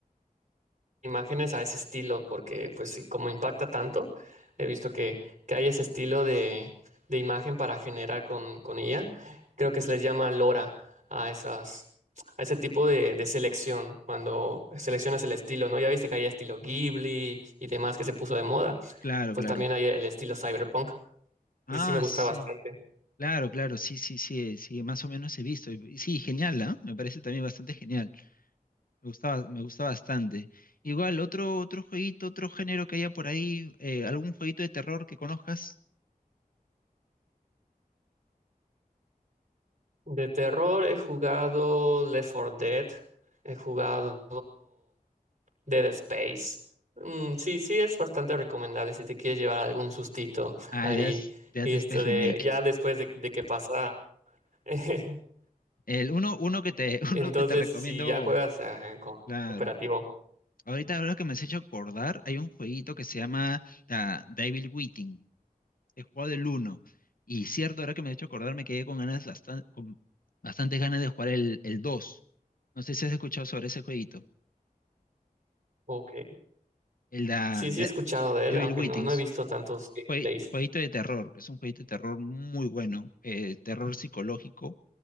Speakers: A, on the right (about 50°); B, on the left (about 70°).
A: imágenes a ese estilo, porque pues sí, como impacta tanto, he visto que, que hay ese estilo de, de imagen para generar con, con IA. Creo que se les llama LoRa a esas, a ese tipo de, de selección, cuando seleccionas el estilo, ¿no? Ya viste que hay estilo Ghibli y demás que se puso de moda.
B: Claro,
A: Pues
B: claro.
A: también hay el estilo cyberpunk.
B: Ah,
A: Y sí me gusta
B: sí.
A: bastante.
B: Claro, claro, sí, sí, sí, sí, más o menos he visto. Y- y Sí, genial, ¿ah? Me parece también bastante genial. Me gustaba, me gusta bastante. Igual, otro, otro jueguito, otro género que haya por ahí, eh, algún jueguito de terror que conozcas.
A: De terror he jugado Left 4 Dead, he jugado Dead Space. Mm, sí, sí es bastante recomendable si te quieres llevar algún sustito
B: Ah,
A: ahí.
B: Dead, Dead
A: Y esto
B: Space
A: de,
B: Remake.
A: ya después de, de que pasa. <laughs>
B: El uno, uno que te, <laughs>
A: Entonces,
B: uno que te recomiendo,
A: si ya juegas ah, co-
B: claro.
A: cooperativo.
B: Ahorita, ahora que me has hecho acordar, hay un jueguito que se llama ah, Devil Within. he jugado el uno Y cierto, ahora que me he hecho acordar, me quedé con ganas bastan- con bastantes ganas de jugar el, el 2. No sé si has escuchado sobre ese jueguito.
A: Ok.
B: El da-
A: Sí,
B: de,
A: sí he escuchado de
B: Evil
A: él, aunque
B: Within
A: no, no
B: es
A: he visto
B: un
A: tantos gameplays.
B: jue- jueguito de terror. Es un jueguito de terror muy bueno. eh, terror psicológico,